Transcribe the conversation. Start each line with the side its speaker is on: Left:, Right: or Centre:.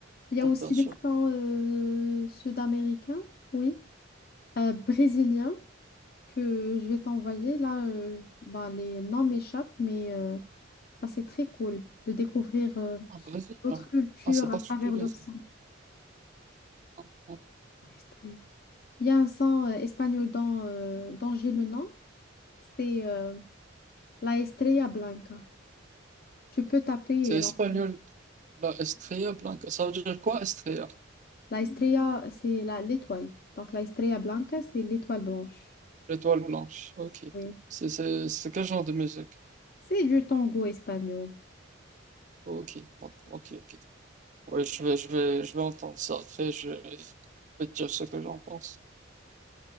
Left: Il y
Right: ouais,
Left: a aussi
Right: bien sûr,
Left: des pains euh, sud-américains, oui, euh, brésiliens, que je vais t'envoyer. Là, euh, je- bah, les noms m'échappent, mais euh, bah, c'est très cool de découvrir euh,
Right: un Brésilien.
Left: d'autres cultures
Right: Ah, c'est particulier,
Left: à travers leur
Right: ça.
Left: sang.
Right: Ah, ouais.
Left: Ah, Esther. Il y a un sang euh, espagnol dont, euh, dont j'ai le nom, c'est euh, la Estrella Blanca. Tu peux taper
Right: C'est
Left: et
Right: espagnol,
Left: l'envoyer.
Right: la Estrella Blanca. Ça veut dire quoi, Estrella?
Left: la Estrella, c'est la- l'étoile. Donc la Estrella Blanca, c'est l'étoile blanche.
Right: L'étoile blanche. Ok.
Left: Oui.
Right: C'est c'est- c'est quel genre de musique?
Left: C'est du tango espagnol.
Right: Ok, bon, ok, ok. Ouais, je vais, je vais, je vais entendre ça. Après, je vais te dire ce que j'en pense.